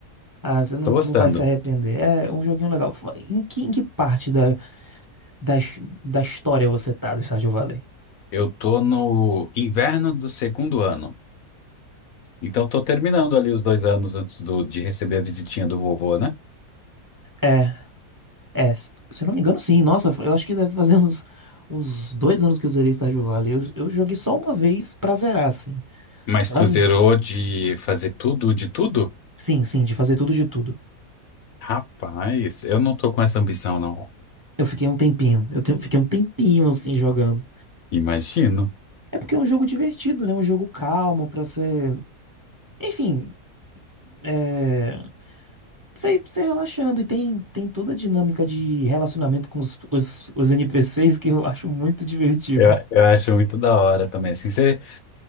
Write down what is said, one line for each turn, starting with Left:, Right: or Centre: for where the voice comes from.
Right: Ah, você não,
Left: Tô gostando.
Right: não vai se arrepender. É um joguinho legal. Fa- Em que, em que parte da, da, his- da história você tá do Stardew Valley?
Left: Eu tô no inverno do segundo ano, então tô terminando ali os dois anos antes do- de receber a visitinha do vovô, né?
Right: É, é. s- Se eu não me engano, sim. Nossa, eu acho que deve fazer <laughs> uns, uns dois anos que eu zerei Stardew Valley. Eu, eu joguei só uma vez pra zerar, assim,
Left: Mas
Right: sabe?
Left: tu zerou de fazer tudo, de tudo?
Right: Sim, sim, de fazer tudo de tudo.
Left: Rapaz, eu não tô com essa ambição, não.
Right: Eu fiquei um tempinho. Eu te- fiquei um tempinho assim jogando.
Left: Imagino.
Right: É porque é um jogo divertido, né? Um jogo calmo pra ser. Enfim, é. Você você relaxando. E tem, tem toda a dinâmica de relacionamento com os, os, os NPCs que eu <laughs> acho muito divertido.
Left: Eu, eu acho muito da hora também. Assim, você,